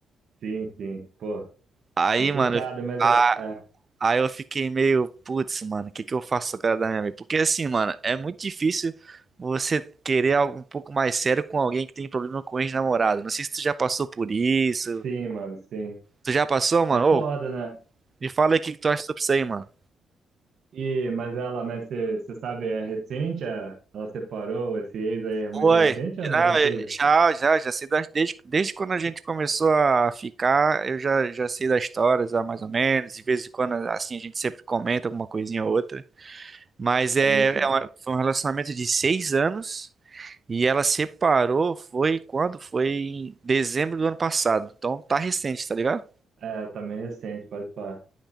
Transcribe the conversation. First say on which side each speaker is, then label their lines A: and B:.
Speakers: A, on the right; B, on the right.
A: Sim, sim. Pô,
B: Aí,
A: complicado,
B: mano,
A: mas
B: a-
A: é, é.
B: aí eu fiquei meio, putz, mano, o que que eu faço agora da minha vida? Porque assim, mano, é muito difícil você querer algo um pouco mais sério com alguém que tem problema com ex-namorado. Não sei se tu já passou por isso.
A: Sim, mano, sim.
B: Tu já passou, mano?
A: É foda,
B: Ô,
A: né?
B: me fala aí o que que tu acha sobre isso aí, mano.
A: E, mas ela, mas você sabe, é recente? é- ela separou, esse ex aí é muito
B: Oi,
A: recente ou é mais
B: já,
A: antiga?
B: já, já, já sei das, desde, desde quando a gente começou a ficar, eu já, já sei das histórias, ah, mais ou menos, de vez em quando, assim, a gente sempre comenta alguma coisinha ou outra, mas é,
A: Sim, sim.
B: é uma- foi um relacionamento de seis anos, e ela separou, foi quando? Foi em dezembro do ano passado, então tá recente, tá ligado?
A: É, também recente, pode falar.